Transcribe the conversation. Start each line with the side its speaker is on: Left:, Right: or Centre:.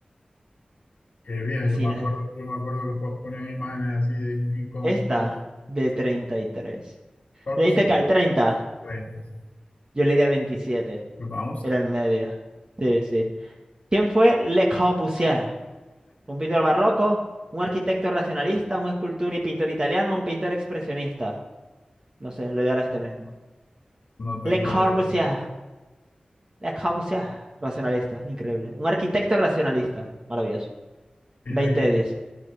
Left: Que vieja,
Right: Si
Left: yo me acuerdo,
Right: no es
Left: yo me acuerdo que po- ponían imágenes así de un King Kong
Right: esta,
Left: todo.
Right: de 33.
Left: ¿Cuál
Right: Le
Left: pusiste?
Right: diste que al 30,
Left: Treinta, sí.
Right: yo le di al 27,
Left: Pero estábamos cerca.
Right: era en medio. Sí, sí. ¿Quién fue Le Corbusier? Un pintor barroco, un arquitecto racionalista, un escultor y pintor italiano, un pintor expresionista. No sé, lo de ahora este mismo.
Left: No tengo
Right: Le Corbusier,
Left: ni idea.
Right: Le Corbusier, racionalista, increíble. Un arquitecto racionalista, maravilloso.
Left: Dije
Right: 20
Left: arquitecto.
Right: de 10.